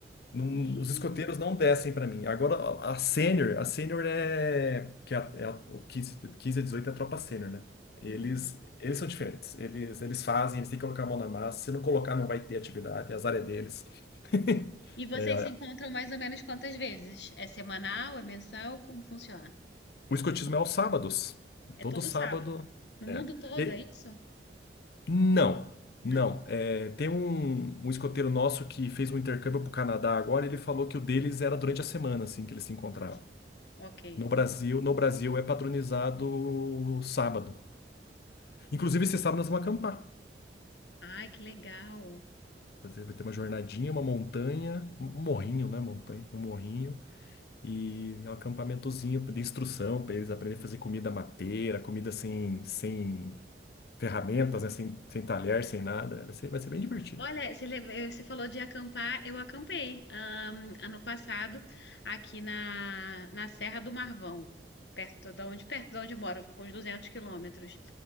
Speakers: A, on the left (about 60°); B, on the left (about 75°).
A: Não-
B: Ih.
A: os escoteiros não descem para mim. Agora, a, a sênior, a sênior é, que é, a- é a- o 15, 15 a 18 é a tropa sênior, né? Eles,
B: Uhum.
A: eles são diferentes. Eles, eles fazem, eles têm que colocar a mão na massa. Se não colocar, não vai ter atividade. Azar é deles. <laughs>
B: E vocês
A: É,
B: se encontram mais ou menos quantas vezes? É semanal? É mensal? Como funciona?
A: o escotismo é aos sábados.
B: É
A: Todo
B: todo
A: sábado.
B: sábado. No mundo
A: É.
B: todo,
A: E-
B: é isso?
A: não,
B: Não.
A: não. É, tem um, um escoteiro nosso que fez um intercâmbio para o Canadá agora. e Ele falou que o deles era durante a semana, assim, que eles se encontravam.
B: Ah. Ok.
A: No Brasil, no Brasil é patronizado sábado. Inclusive, esse sábado nós vamos acampar.
B: Ai, que legal.
A: Fazer- Vai ter uma jornadinha, uma montanha, um morrinho, né? Montanha, um morrinho e um acampamentozinho de instrução para eles aprenderem a fazer comida mateira, comida sem, sem ferramentas, né? Sem, sem talher, sem nada. Vai ser, vai ser bem divertido.
B: Olha, você, lem- eh, você falou de acampar, eu acampei, ahn, ano passado aqui na, na Serra do Marvão, perto da onde, perto de onde eu moro, com uns 200 quilômetros.